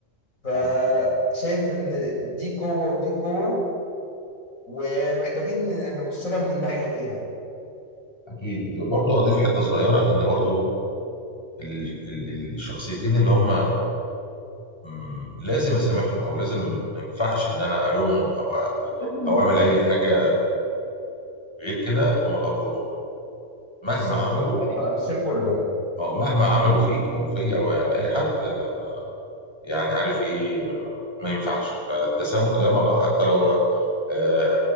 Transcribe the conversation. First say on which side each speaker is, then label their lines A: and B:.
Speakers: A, on the left; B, on the left.
A: فشايف
B: طيب.
A: ان دي قوة ودي قوة ومحتاجين ن- نبص لها من الناحية دي يعني
B: اكيد برضو اضيف حته صغيره ان برضو ال... ال... الشخصيتين اللي هم مم، لازم اسامحهم او لازم ما ينفعش ان انا الومهم او أ- او اعمل اي حاجه غير كده هم الاب والام مهما
A: بالظبط
B: عملوا
A: هم الخير كله يعني
B: اه مهما عملوا فيك او فيا او يعني اي حد لا لا ما يعني عارف ايه ما, ما ينفعش فالتسامح ده معناه حتى لو آه